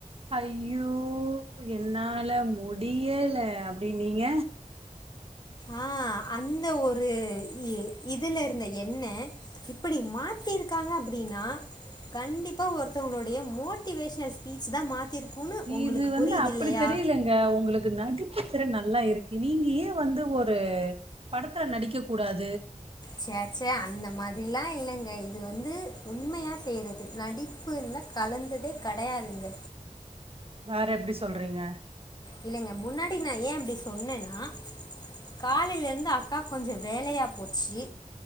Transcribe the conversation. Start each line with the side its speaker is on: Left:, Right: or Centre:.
Right: ய்யோ என்னால முடியல அப்படின் ங்க
Left: ஆஹ் அந்த ஒரு இதுல இருந்த என்ன இப்படி மாத்திருக்காங்க. அப்படின்னா கண்டிப்பா ஒருத்தங்களுடைய மோட்டிவேஷனல் ஸ்பீச் தா மாத்திருக்குன்னு உங்களுக்கு
Right: இது வந்து
Left: புரியுது
Right: அப்படி
Left: இல்லையா
Right: தெரியலங்க உங்களுக்கு நடிப்பு த்தர நல்லா இருக்கு நீங்க வந்து ஒரு படத் க்க நடிக்க கூடாது.
Left: சே சே அந்த மாரி அப்படிலா இல்லைங்க இது வந்து உண்மையாக செய்கறது நடிப்புல கலந்ததே கிடையாதுங்க.
Right: வேற எப்படி சொல்றீங்க.
Left: இல்லங்க முன்னாடி நா ஏன் அப்படி சொன்னேன்னா காலில இருந்து அக்கா கொஞ்சோ வேலையா போச்சு